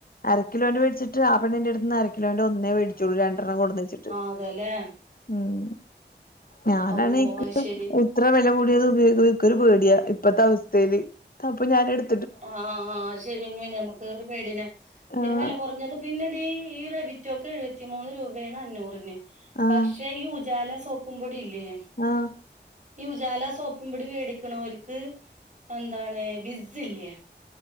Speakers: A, on the left (about 50°); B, on the right (about 40°).
A: അര കിലോൻന്റെേ വേടിച്ചിട്ട് ആപ്പണ്ണിന്റെ അടുത്ന്ന് അര കിലോന്റെ ഒന്നേടിച്ചോള്ളൂ രണ്ടെണ്ണം കൊടുന്ന് വെച്ചിട്ട്
B: ആഹ് അതല്ലേ
A: ഉം ഞാനാണ്
B: ഓഹോ
A: <unintelligible>
B: അത് ശെരി
A: ഇത്ര വില കൂടിയത് ഉപയോഗ ഒരു പേടിയാ ഇപ്പത്തെ അവസ്ഥയില് അപ്പൊ ഞൻ എടു
B: ആഹ് ശരിെന്നേ നമ്മക്ക് ഒരു പേടിനെ പിന്നെ
A: ആഹ്
B: വല കുറഞ്ഞത് പിന്നെടീ ഈ റെബിറ്റോക്ക് എഴുപത്തിമൂന്ന് രൂപയാണ് അഞ്ഞൂറിന്
A: ആഹ്
B: പക്ഷെ ഈ ഉജാല സോപ്പുമ്പോടി ഇല്ലേ
A: ആഹ്
B: ഈ ഉജാല സോപ്പുംപടി മേടിക്കണവർക്ക് എന്താണ് ബിസ് ഇല്ലേ